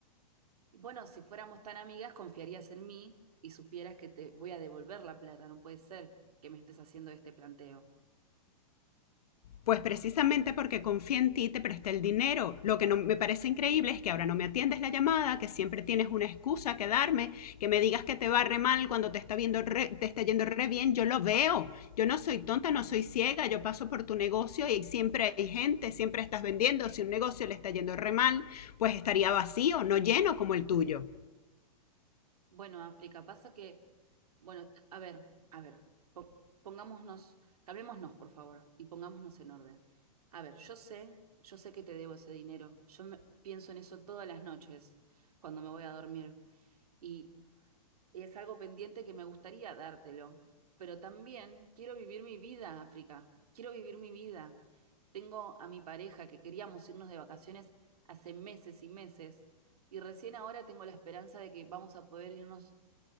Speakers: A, on the right (about 70°); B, on the left (about 75°).
A: Y Bueno, si fuéramos tan amigas, confiarías en mí y supieras que te voy a devolver la plata. No puede ser que me estés haciendo este planteo.
B: Pues precisamente porque confía en ti, te presté el dinero. Lo que no me parece increíble es que ahora no me atiendes la llamada, que siempre tienes una excusa que darme, que me digas que te va re mal cuando te está viendo re- te está yendo re bien. Yo lo veo. Yo no soy tonta, no soy ciega. Yo paso por tu negocio y siempre hay gente, siempre estás vendiendo. Si un negocio le está yendo re mal, pues estaría vacío, no lleno como el tuyo.
A: Bueno, África, pasa que, bueno, a ver, a ver, po- pongámonos, calmémonos, por favor, y pongámonos en orden. A ver, yo sé, yo sé que te debo ese dinero. Yo me- pienso en eso todas las noches cuando me voy a dormir. Y es algo pendiente que me gustaría dártelo, pero también quiero vivir mi vida, África, quiero vivir mi vida. Tengo a mi pareja que queríamos irnos de vacaciones hace meses y meses y recién ahora tengo la esperanza de que vamos a poder irnos,